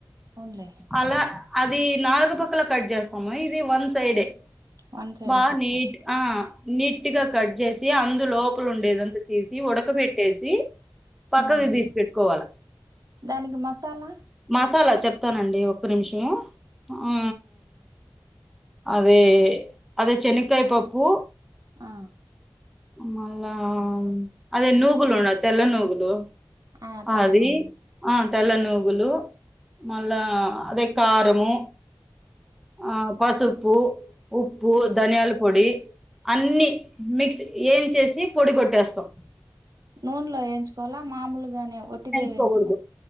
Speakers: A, on the right; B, in the centre.
A: అవునులే
B: అలా అది నాలుగు పక్కల కట్ చేస్తాము ఇది వన్ సైడే
A: వన్ సైడే
B: బా
A: కట్
B: నీట్
A: చేయాలి
B: ఆ నీట్గా కట్ చేసి అందు లోపల ఉండేదంత తీసి ఉడక బెట్టేసి పక్కకి
A: ఉమ్
B: తీసి పెట్కోవాల
A: దానికి మసాలా
B: మసాలా చెప్ తానండి ఒక్క నిమిషము ఆ అదే అదె చెనక్కాయ్ పప్పు
A: ఆ
B: మళ్ళా అదే నూగులు ఉడ తెల్ల నూగులు
A: ఆ తెల్ల
B: అది
A: నువ్వులు
B: ఆ తెల్ల నూగులు మళ్ళా అదె కారము ఆ పసుపు ఉప్పు
A: ఉమ్
B: ధనియాల్ పొడి అన్ని మిక్స్ ఏం చేసి పొడి గొట్టేస్తాం
A: నూన్లో వేయించుకోవాలా మామూలుగానే ఒట్టిదే
B: వేయించుకోకూడదు
A: వేంచ్